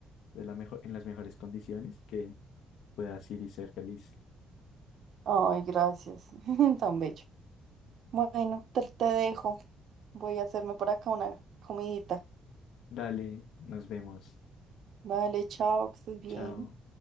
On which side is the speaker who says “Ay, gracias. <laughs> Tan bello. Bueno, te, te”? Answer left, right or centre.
Right